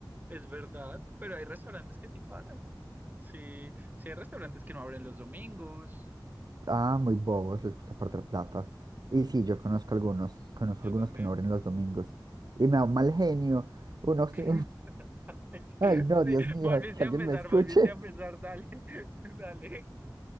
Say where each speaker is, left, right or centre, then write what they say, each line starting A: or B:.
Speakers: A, on the right (about 25°); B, on the right (about 60°).
A: es verdad, pero hay restaurantes que sí pagan. Sí, sí hay restaurantes que no abren los domingos.
B: Ah, muy bobos, les gusta perder plata. Y sí, yo conozco algunos, conozco
A: Yo
B: algunos
A: también.
B: que no abren los domingos. Y me da un mal genio. Uno, sí,
A: <laughs> Ay,
B: <laughs> ay no,
A: Sí,
B: Dios mío,
A: volviste
B: que alguien
A: a empezar,
B: me escuche.
A: volviste a empezar,
B: <laughs>
A: dale, <laughs> dale.